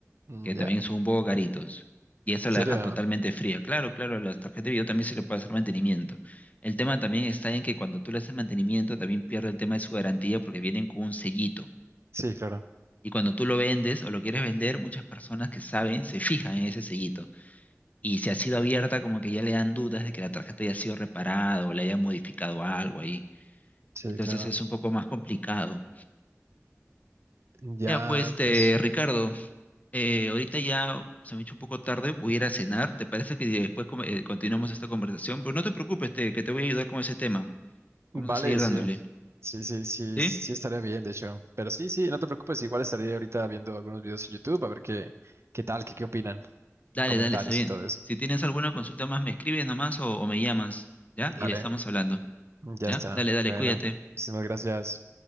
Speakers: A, on the right (about 60°); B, on the left (about 30°).
A: Mm,
B: que también
A: Ya,
B: son un poco caritos. Y eso
A: ¿en
B: la
A: serio?
B: deja totalmente fría. Claro, claro, a las tarjetas de video también se le puede hacer mantenimiento. El tema también está en que cuando tú le haces mantenimiento también pierde el tema de su garantía porque vienen con un sellito.
A: Sí, claro,
B: Y cuando tú lo vendes o lo quieres vender, muchas personas que saben se fijan en ese sellito. Y si ha sido abierta, como que ya le dan dudas de que la tarjeta haya sido reparada o le haya modificado algo ahí.
A: sí,
B: Entonces
A: claro.
B: es un poco más complicado.
A: Ya,
B: Ya pues, este,
A: pues.
B: Ricardo, eh, ahorita ya se me ha hecho un poco tarde, voy a ir a cenar. ¿Te parece que después com- eh, continuamos esta conversación? Pero no te preocupes, te- que te voy a ayudar con ese tema.
A: Vale,
B: Vamos a seguir
A: sí.
B: dándole.
A: Sí, sí, sí,
B: ¿Sí?
A: sí sí estaría bien, de hecho. Pero sí, sí, no te preocupes, igual estaría ahorita viendo algunos videos en YouTube a ver qué, qué tal, qué, qué opinan,
B: Dale,
A: comentarios
B: dale, está bien.
A: y todo eso.
B: Si tienes alguna consulta más, me escribes nomás o, o me llamas, ¿ya?
A: Dale,
B: Y estamos hablando,
A: ya
B: ¿ya?
A: está.
B: Dale, dale,
A: Bueno,
B: cuídate.
A: muchísimas gracias.